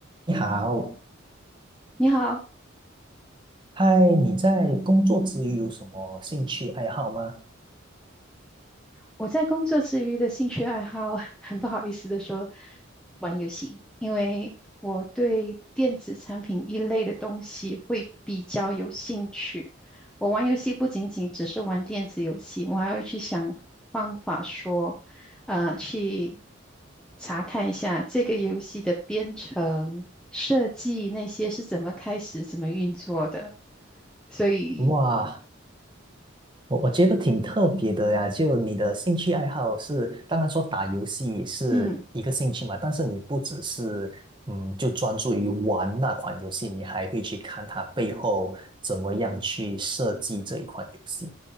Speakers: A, on the right (about 25°); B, in the centre.
A: 你好，
B: 你好，
A: 嗨，你在工作之余有什么兴趣爱好吗？
B: 我在工作之余的兴趣爱好，<laughs> 很不好意思的说，玩游戏，因为我对电子产品一类的东西会比较有兴趣。我玩游戏不仅仅只是玩电子游戏，我还会去想方法说，呃，去查看一下这个游戏的编程设计那些是怎么开始、怎么运作的。所以，
A: 哇，我我觉得挺特别的呀。就你的兴趣爱好是，当然说打游戏是一个兴趣嘛，
B: 嗯。
A: 但是你不只是嗯，就专注于玩那款游戏，你还会去看它背后怎么样去设计这一款游戏。